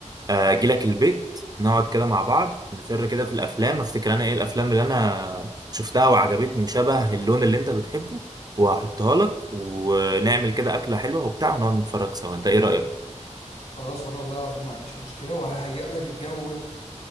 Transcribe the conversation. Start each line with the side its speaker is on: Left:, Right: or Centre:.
Right: آه، اجي لك البيت نقعد كده مع بعض نفر كده في الافلام افتكر انا ايه الافلام اللي انا شفتها وعجبتني وشبه اللون اللي انت بتحبه وهحطها لك ونعمل كده اكله حلوه وبتاع ونقعد نتفرج سوا انت ايه رايك
Left: خلاص وانا والله العظيم ما عنديش مشكله وههيئ لك الجو وهي